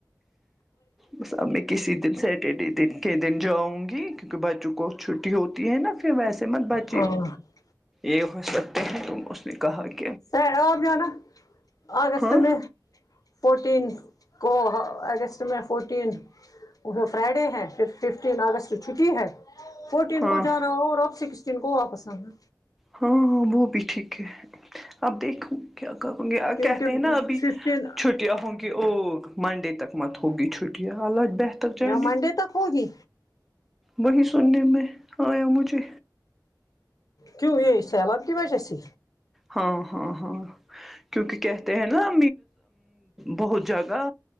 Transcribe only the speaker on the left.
ہاں
آ جانا اگسٹ
میں فورٹینتھ کو اگست میں فورٹین فرائیڈے ہے پھر ففٹین اگسٹ چھٹی ہے فورٹین
کو
جانا ہو اور اب سکسٹین کو واپس آنا
کیونکہ
ففٹین
یا منڈے تک ہوگی
کیوں یہ سیلاب کی وجہ سے